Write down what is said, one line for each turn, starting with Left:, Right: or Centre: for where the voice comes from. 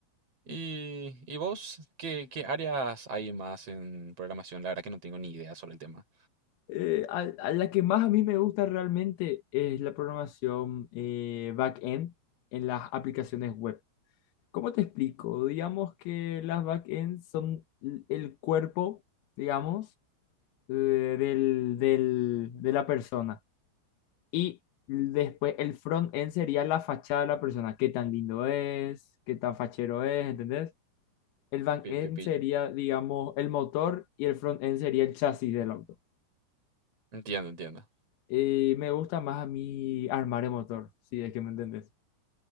Right: ¿Y, y vos? ¿Qué, qué áreas hay más en programación? La verdad que no tengo ni idea sobre el tema.
Left: Eh, a, a la que más a mí me gusta realmente es la programación eh, back-end en las aplicaciones web. ¿Cómo te explico? Digamos que las back-end son l- el cuerpo, digamos, eh, del, del- de la persona. Y después el front-end sería la fachada de la persona. Qué tan lindo es, qué tan fachero es, ¿entendés? El back-end
Right: Pillo, pillo.
Left: sería, digamos, el motor y el front-end sería el chasis del auto.
Right: Entiendo, entiendo.
Left: Y me gusta más a mí armar el motor, si es que me entendés.